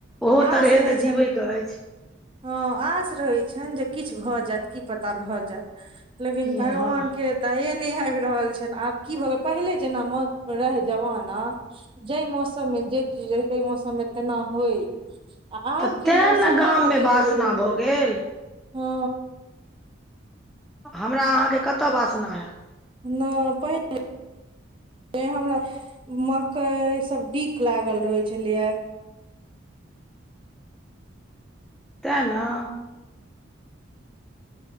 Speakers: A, in the centre; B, on the right (about 25°).
A: ओहो
B: आस
A: तरहे
B: रहै
A: तऽ जीवैके
B: छनि
A: अइछ।
B: हँ आश रहै छैन, जे किछु भऽ जायत की पता भऽ जायत लेकिन
A: की
B: भगवान
A: हँ
B: के दये नहि आइब रहल छैन, आब की भऽ गेल पहिले जेना रहै जमाना जाई मौसम मे जे चीज रहे तय मौसम मे तेना होइ। आ आब
A: तऽ
B: के
A: तें
B: मौसमे
A: ने गाममे
B: बदईल
A: वासना
B: गेलै
A: भऽ गेल
B: हँ।
A: हमरा अहाँके कतय वास ना हैत
B: नई पहिलै त हमरा मकई सब डीक लागल रहैत छलैया।
A: ते नऽ।